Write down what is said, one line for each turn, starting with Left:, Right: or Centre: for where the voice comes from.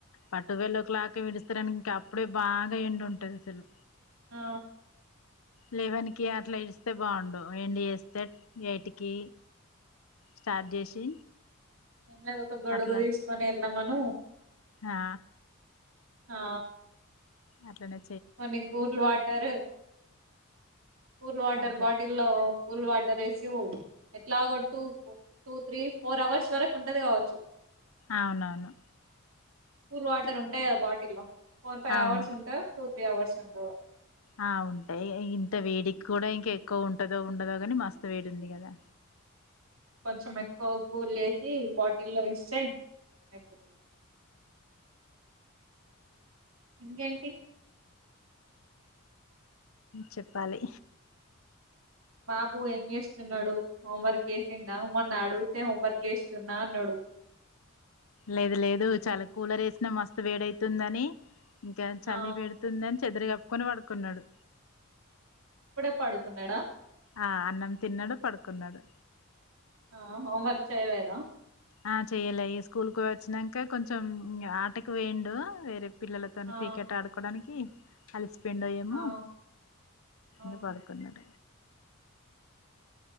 Left: పట్టువల్ ఓ క్లాక్ స్తడానికి ఇంకా అప్పుడే బాగా ఎండు ఉంటది అసలు
Right: ఆ
Left: లేవనికి అట్లా ఇడిస్తే బాగుండు ఎం చేస్తే వేటికి స్టార్ట్ చేసి
Right: ఎన్న ఒక గొడుగు
Left: అట్లా
Right: తీసుకొని వెళ్ళా మన
Left: ఆ
Right: ఆ
Left: అట్లానే
Right: మనీ కూూల్ వాటరు కూల్ వాటర్
Left: అదే
Right: బాటిల్లో
Left: అదే
Right: కూల్ వాటర్ వేసి హో ఎట్లాగ టటు టూ త్రీ ఫోర్ అవర్స్ వరకు ఉంటది కావచ్చు
Left: అవునవును
Right: కూల్ వాటర్ ఉంటాయి కదా బాటిల్లో ఫోర్ ఫైవ్
Left: అవును
Right: అవర్స్ ఉంటా టూ త్రీ అవర్స్ ఉంటావు
Left: ఆ ఉంటాయి ఇంత వేడికి కూడా ఇంకా ఎక్కువ ఉంటదో ఉండదో కాని మస్తు వేడి ఉంది కదా
Right: కొంచెం ఎక్కువ కూ లేేసి బాటిల్లో ఇస్తే అయిపోతుంది ఇంగేంటి
Left: చెప్పాలి
Right: బాబు ఏం చేస్తున్నాడు హోంవర్క్ చేసింద మొన్న అడిగితే హోంవర్క్ చేస్తున్నా అన్నాడు
Left: లేదు లేదు చాలా కూలర్ వేసినా మస్తు వేడైతుందని ఇంకా చల్లి
Right: ఆ
Left: పెడుతుంది అని చెదుర కప్పుకొని పడుకున్నాడు
Right: ఇప్పుడే పాడుకున్నాడా
Left: ఆ అన్నం తిన్నాడు పడుకున్నాడు
Right: ఆ హోంవర్క్ చేయలేదా
Left: ఆ చెయ్యలే స్కూల్ కు వచ్చినాక కొంచెం ఆటకు వేండు వేరే పిల్లలతో
Right: ఆ
Left: క్రికెట్ ఆడుకోవడానికి కలిసి పిండోయమ
Right: ఆ ఆ
Left: ఇ పడుకున్నడ